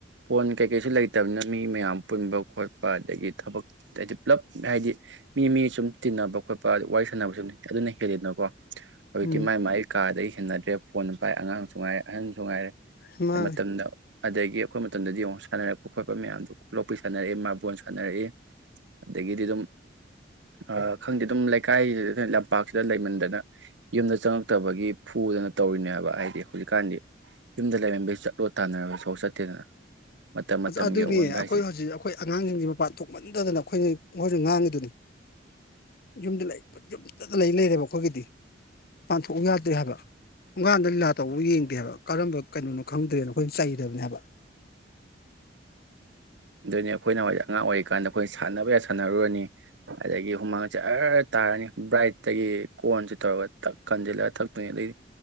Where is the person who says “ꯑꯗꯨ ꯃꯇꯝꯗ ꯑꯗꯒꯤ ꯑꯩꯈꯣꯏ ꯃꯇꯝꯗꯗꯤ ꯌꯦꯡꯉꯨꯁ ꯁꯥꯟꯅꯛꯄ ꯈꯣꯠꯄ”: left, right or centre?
Right